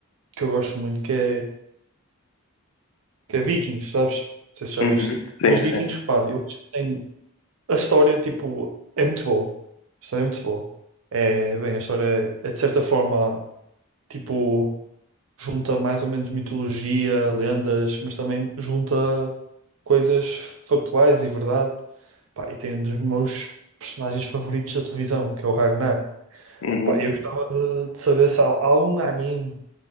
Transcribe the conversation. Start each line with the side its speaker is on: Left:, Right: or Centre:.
Right: que eu gosto muito que é, que é Vikings, sabes? Não sei se já
Left: uhum,
Right: viste.
Left: sim,
Right: Mas
Left: sim.
Right: Vikings, pá, eu acho que tem. A história, tipo, é muito boa. A história é muito boa. É, bem, a história é de certa forma, tipo. junta mais ou menos mitologia, lendas, mas também junta coisas factuais e verdade. Pá, e tem um dos meus personagens favoritos da televisão, que é o Ragnar.
Left: Uhum,
Right: Pá, eu gostava de, de saber se há algum anime